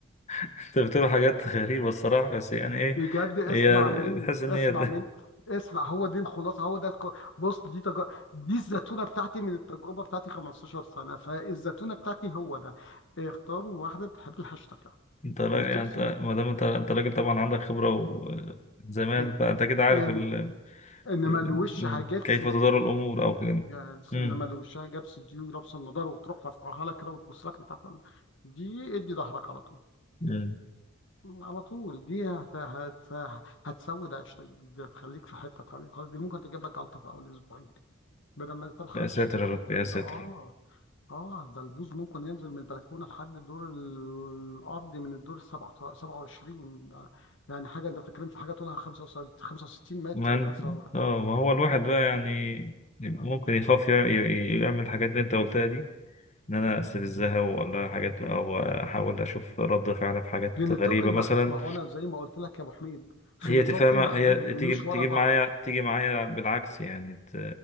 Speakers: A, on the left (about 35°); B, on the left (about 60°).
A: أنت بتقول حاجات غريبة الصراحة بس يعني ايه
B: بجد اسمع
A: هي
B: مني
A: تحس ان
B: اسمع
A: هي
B: مني
A: <laughs>
B: اسمع هو دي الخلاصه هو ده الك... بص دي تج... دي الزتونه بتاعتي من التجربه بتاعتي 15 سنه فالزتونه بتاعتي هو ده اختاروا واحده بتحب الهاشتاج
A: انت راجل
B: بترسم
A: يعني انت ما دام انت انت راجل طبعا عندك خبرة وزمان
B: بج...
A: فانت كده عارف
B: ان
A: ال...
B: انما
A: ال-
B: الوشها جبسي
A: كيف تدار الامور او كده
B: يعني
A: مم.
B: انما الوشها جبسي دي ولابسه النضاره وتروح ترفعها لك كده وتبص لك بتاعت دي ادي ظهرك على طول
A: مم.
B: على طول دي هت... هت... هتسود عيشتك دي هتخليك في حته تانيه خالص دي ممكن تجيب لك جلطه في اول اسبوعين بدل ما تلحق
A: يا ساتر
B: الشتاء
A: يا
B: تدخل
A: رب
B: الدنيا
A: يا ساتر
B: اه اه ده البوز ممكن ينزل من البلكونه لحد الدور الارضي من الدور السبعة 27 ده يعني حاجه انت بتتكلم في حاجه طولها 65 متر
A: ما انت
B: مثلا
A: اه ما هو الواحد بقى يعني يبقى ممكن يخاف يع- ي- يعمل الحاجات اللي انت قلتها دي ان انا استفزها ولا حاجات او احاول اشوف رد فعلها في حاجات
B: لنطاق
A: غريبه
B: المح...
A: مثلا
B: ما هو انا زي ما قلت لك يا ابو حميد في
A: هي
B: نطاق
A: تفهمها
B: المحدود
A: هي تيجي
B: ومش
A: تيجي
B: ورا بعض
A: معايا تيجي معايا بالعكس يعني ت...